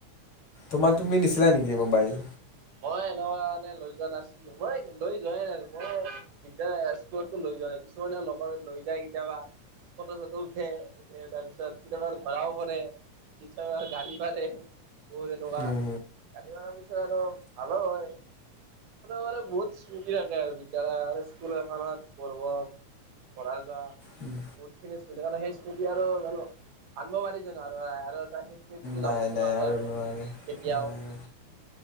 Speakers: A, on the left; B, on the right.
A: তোমাৰ তুমি নিছিলা নেকি মোবাইল
B: মই এইতুকাৰণে লৈ যোৱা নাছিলো মই লৈ যোৱাইে নাই মই বিদ্যা স্কুলো লৈ যোৱা নাই কিছুমানে লগৰ লৈ যায় কেতিয়াবা ফটো চটো উঠে উঠে তাৰ পিছত কেতিয়াবা ধৰাও পৰে কেয়াবা গালিও পাৰে বহুত তেনেকুৱা
A: উম
B: কালিবাৰৰ পিছত আৰু ভালো নহয় মানে বহুত স্মৃতি থাকে আৰু বিদ্যালয় স্কুল এখনত পঢ়িব পঢ়া যোৱা
A: হুম।
B: বহুতখিনি স্মৃতি থ সেই স্মৃতি আৰু জানো আনিব পাৰি জানো আৰু আৰু এটা যাবতো
A: নাই নাই
B: নোৱাৰো আৰু
A: নোৱাৰে
B: কেতিয়াও
A: নাই।